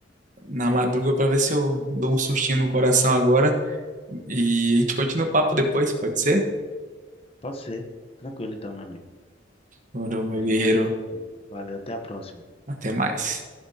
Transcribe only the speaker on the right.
na madruga para ver se eu dou um sustinho no coração agora. E a gente continua o papo depois, pode ser?
Ora, meu
guerreiro,
até mais.